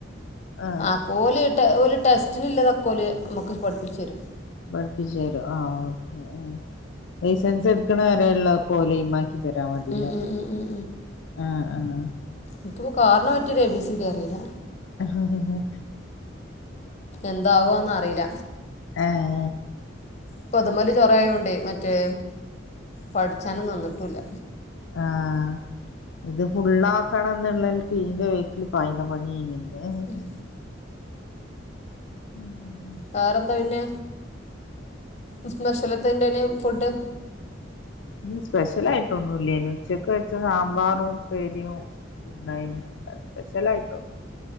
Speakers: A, on the left; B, on the left.
A: ആ
B: ആഹ് കോല്ട്ട ട്ടസ് ഓല് ടെസ്റ്റിനുള്ളതക്കോല് നമുക്ക് പഠിപ്പിച്ചരും.
A: പഠിപ്പിച്ചേരോ? ആഹ് ഓക്കേ ഏഹ് ലൈസൻസ് എടുക്കണവരെയുളെളാക്കെ ഓലൈമാക്കി തരാ മതി.
B: ഉം ഉം ഉം
A: ആഹ് ആഹ്.
B: ൻക്ക് പ്പോ കാറിനെ പറ്റി ഒരു എ ബി സി ഡി അറീല്ല.
A: ആഹ്.
B: എന്താവോന്ന അറീല്ല.
A: ഏഹ്.
B: പ്പൊത് മല് ചൊറായോണ്ട് മറ്റേ. പഠിച്ചാനും നിന്ന്ട്ടുല്ല.
A: ആഹ് ഇത് ഫുള്ളാക്കണം ന്നുള്ളൽ. ക്ക് ഈന്റെ വേക്കില് പായ്ണ പണേനിന്ന്.
B: ഉം
A: ഏഹ്
B: വേറെന്താ പിന്നെ ന്ന് സ്പെഷലെത്തേണ്ടേനി ഫുഡ്.
A: ന്ന് സ്പെഷ്യലായിട്ടൊന്നുംല്ലേനി. ഉച്ചക്ക് വെച്ച സാമ്പാറും ഉപ്പേരിയും. ണ്ടായ്നി സ്പെഷ്യലായിട്ടോന്നു